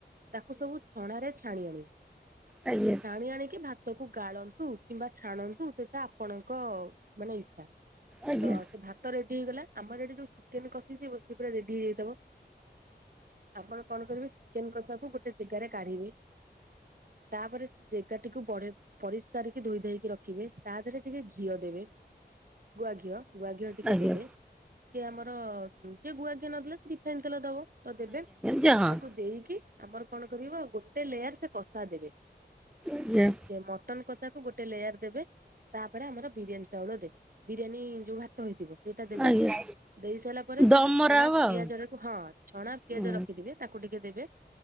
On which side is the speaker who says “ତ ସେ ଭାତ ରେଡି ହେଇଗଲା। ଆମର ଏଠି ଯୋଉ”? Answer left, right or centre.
Right